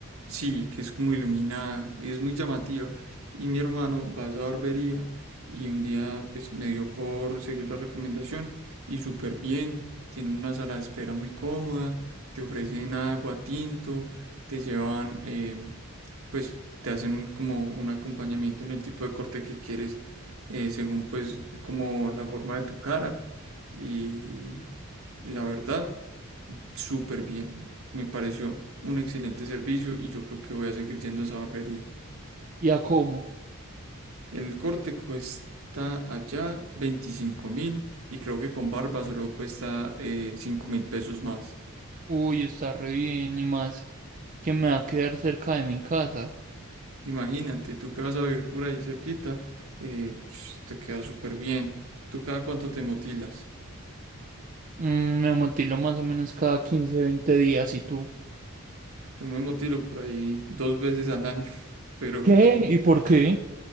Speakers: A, on the right; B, on the right.
A: Sí, que es como iluminada, es muy llamativa. Y mi hermano va a esa barbería y un día pues me dio por seguir la recomendación y súper bien, tiene una sala de espera muy cómoda, te ofrecen agua, tinto, te llevan, eh, pues te hacen como un acompañamiento en el tipo de corte que quieres, eh, según pues como la forma de tu cara y, y la verdad, súper bien. Me pareció un excelente servicio y yo creo que voy a seguir yendo a esa barbería.
B: ¿Y a cómo?
A: El corte cuesta allá veinticinco mil y creo que con barba solo cuesta eh, cinco mil pesos más.
B: Uy, está re bien y más que me va a quedar cerca de mi casa.
A: Imagínate, tú que vas a vivir por ahí cerquita, eh, ps, te queda súper bien. ¿Tú cada cuánto te motilas?
B: Mm, me motilo más o menos cada quince veinte días. ¿Y tú?
A: Yo me motilo por ahí dos veces al año, <laughs> pero
B: ¿Qué? ¿Y por qué?